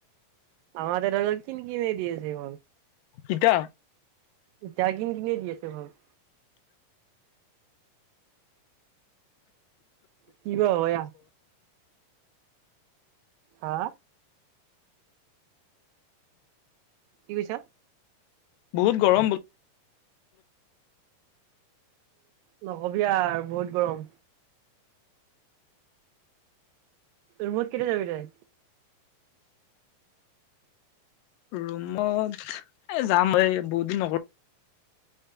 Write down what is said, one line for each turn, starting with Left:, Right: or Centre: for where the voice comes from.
Right: আমাৰ ইয়াতে, কিন-কিননে দি আছে।
Left: ইতিয়া?
Right: ইতিয়া, কিন-কিনে দি আছে বৰষুণ। কি বা হয়, ইয়াত? হা? কি কৈছ?
Left: বহুত গৰম বো
Right: নকবি আও, বহুত গৰম! ৰুমত কেতিয়া যাবি তই?
Left: ৰুমত, এ' যাম এই, বহুত দিন নগ